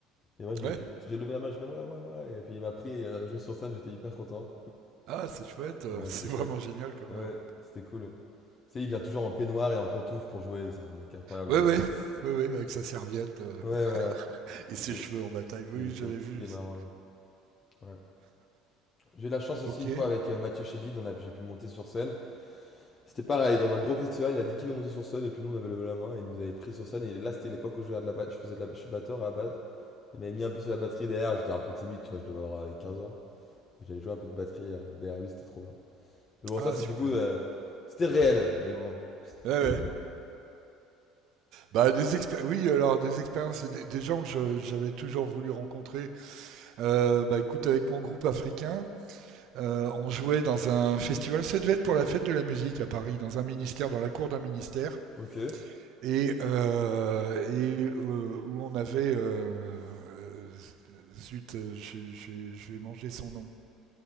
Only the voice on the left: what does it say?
Et moi, j'ai
j'ai- j'ai levé la main, je fais moi, moi, moi. Et puis il m'a pris, et, euh, joué sur scène, j'étais hyper content.
Ouais,
c'était chouette.
Ouais,
c'était cool. Tu sais, il vient toujours en peignoir et en pantoufles pour jouer. C'est un mec incroyable,
lui
aussi.
Ouais, ouais.
Il,
il était,
il est
marrant, lui. Ouais. J'ai eu la chance aussi
une fois avec euh, Mathieu Chédid, on a, j'ai pu monter sur scène. C'était pareil, dans un gros festival, il a dit qui veut monter sur scène, et puis nous on avait levé la main, et il nous avait pris sur scène, et là c'était l'époque où je, faisais de la ba- je faisais de la, je suis batteur à la base. Il m'avait mis un peu sur la batterie derrière, j'étais un peu timide, tu vois, je devais avoir euh, 15 ans, et j'avais joué un peu de batterie euh, derrière lui, c'était trop bien. Mais bon,
ça c'est
du coup, euh, c'était réel, mais bon.
<laughs>
ok,